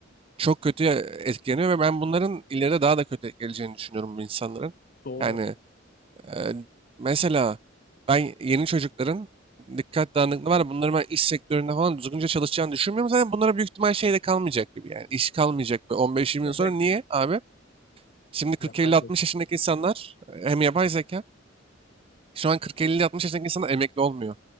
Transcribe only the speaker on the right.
çok kötü etkileniyor ve ben bunların ileride daha da kötü geleceğini düşünüyorum bu insanların.
Yani e, mesela ben yeni çocukların dikkat dağınıklığı var. ya, Bunların ben iş sektöründe falan düzgünce çalışacağını düşünmüyorum. Zaten bunlara büyük ihtimal şey de kalmayacak gibi yani. İş kalmayacak bir 15-20
yıl sonra. Niye abi? Şimdi 40-50-60
yaşındaki insanlar e, hem yapay zeka şu an 40-50-60 yaşındaki insanlar emekli olmuyor.